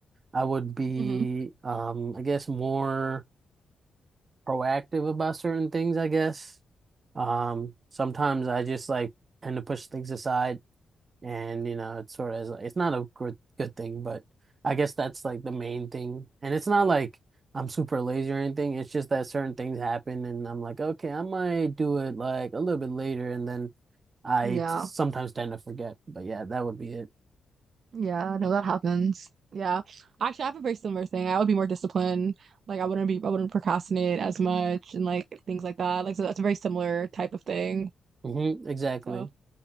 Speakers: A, on the right; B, on the right.
A: I would be
B: hmm
A: um I guess more proactive about certain things. I guess um sometimes I just like tend to push things aside and you know it's sort of is- it's not a good good thing but I guess that's like the main thing and it's not like I'm super lazy or anything it's just that certain things happen and I'm like okay I might do it like a little bit later and then I
B: Yeah.
A: sometimes tend to forget but yeah that would be it
B: Yeah, no, that happens. Yeah. Actually, I have a very similar thing. I would be more disciplined. Like I wouldn't be I wouldn't procrastinate as much and like things like that. Like so that's a very similar type of thing.
A: hmm exactly
B: So